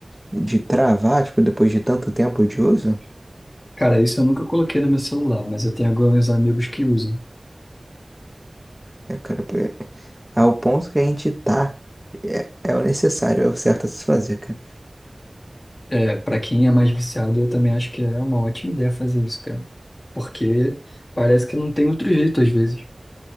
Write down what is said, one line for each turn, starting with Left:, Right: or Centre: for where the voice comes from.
Centre: de travar, tipo, depois de tanto tempo de uso?
Left: Cara, isso eu nunca coloquei no meu celular, mas eu tenho alguns amigos que usam.
Centre: É, cara, é- é, ao ponto que a gente tá, é, é o necessário, é o certo a se fazer, cara.
Left: É, para quem é mais viciado, eu também acho que é uma ótima ideia fazer isso, cara. Porque parece que não tem outro jeito às vezes.